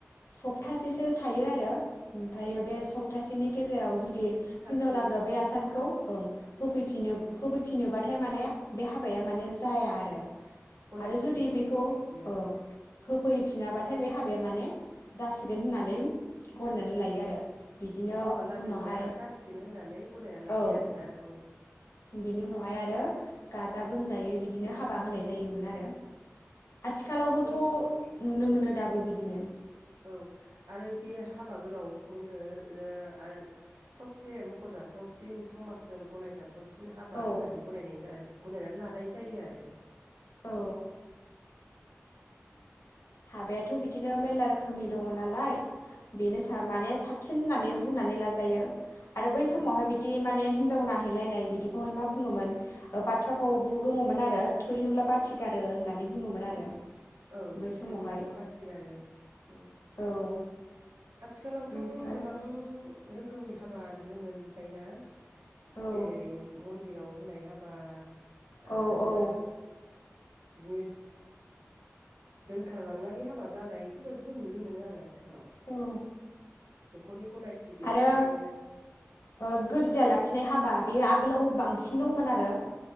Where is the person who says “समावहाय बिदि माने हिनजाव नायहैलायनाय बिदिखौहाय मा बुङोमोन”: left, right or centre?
Left